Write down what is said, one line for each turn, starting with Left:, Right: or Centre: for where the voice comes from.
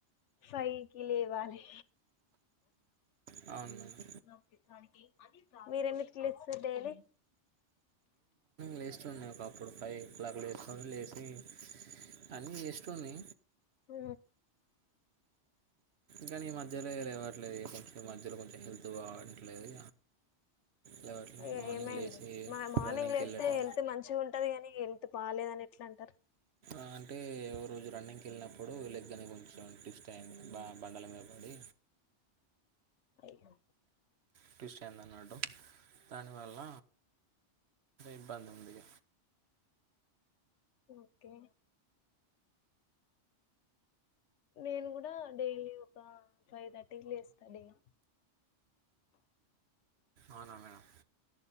Left: ఫైవ్ కి లేవాలి
Right: అవును మేడం
Left: ప్పునకిిఠాంనికి మీర ఎన్నిట్కు లేస్తరు డైలీ
Right: లేస్టోన్ని ఒకప్పుడు ఫైవ్ ఓ క్లాక్ లేస్టోన్ని లేసి అన్ని ఏస్టోన్ని
Left: ఆ
Right: కనీ ఈ మధ్యలో ఇవ్వట్లేదు కొంచెం ఈ మధ్యలో కొంచెం హెల్త్ బావొట్లేదు లేవట్లె
Left: అయ్యో
Right: మార్నింగ్
Left: ఏమైంది
Right: లే వసి
Left: మా మార్నింగ్
Right: రన్నింగ్కి
Left: లేతే
Right: వెళ్ళట్లె
Left: హెల్త్ మంచిగా ఉంటది కాని హెల్త్ బాలేదని ఎట్లంటారు
Right: అ అ ఎవ రోజు రన్నింగ్ కెళ్ళినప్పుడు ల కానీ కొంచెం టిఫ్ టై బా బండల మీదపడి
Left: అయ్యొ
Right: ట్యూస్టైయిందన్నట్టు దానివల్ల ఇబ్బంది ఉందిగ
Left: ఓకే నేను గుడా డైలీ ఒక ఫైవ్ థర్టీకి లేస్తండిగ
Right: అవునా మేడం